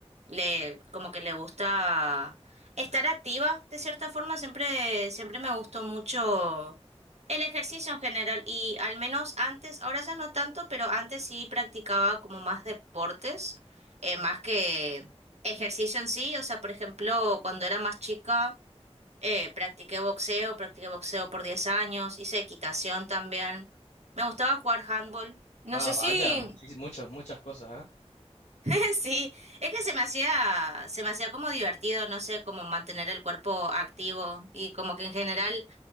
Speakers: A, on the right; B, on the left.
A: le, como que le gusta estar activa, de cierta forma. Siempre, siempre me gustó mucho el ejercicio en general y al menos antes, ahora ya no tanto, pero antes sí practicaba como más deportes, eh, más que Ejercicio en sí, o sea, por ejemplo, cuando era más chica, eh, practiqué boxeo, practiqué boxeo por 10 años, hice equitación también. Me gustaba jugar handball. No
B: Ah,
A: sé
B: vaya,
A: si,
B: muchis- muchos, muchas cosas, ¿eh?
A: <laughs> sí, es que se me hacía, se me hacía como divertido, no sé, como mantener el cuerpo activo y como que en general